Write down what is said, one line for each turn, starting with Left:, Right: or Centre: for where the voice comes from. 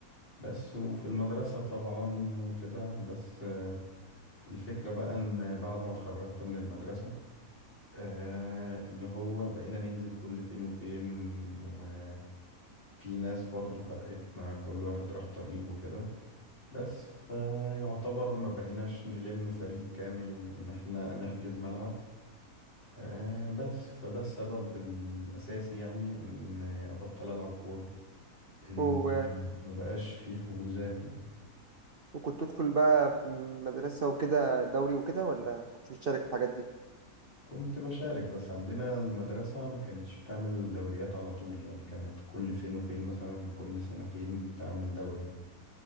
Left: بس وفي المدرسة طبعا وكده بس آه، الفكرة بقى ان بعد ما اتخرجت من المدرسة آه، اللي هو بقينا ننزل كل فين وفين وفي ناس برضو فرقتنا كل واحد راح طريق وكده بس فيعتبر ما بقيناش نلم فريق كامل ان احنا نحجز ملعب آه بس فده السبب الأساسي يعني إن أبطل ألعب كورة إن
Right: امم
Left: ما بقاش في حجوزات يعني
Right: وكنت تدخل بقى في المدرسة وكده دوري وكده ولا ما كنتش بتشارك في الحاجات دي
Left: كنت بشارك بس عندنا المدرسة ما كانتش بتعمل دوريات على طول يعني كانت كل فين وفين مثلا كل سنتين تعمل دوري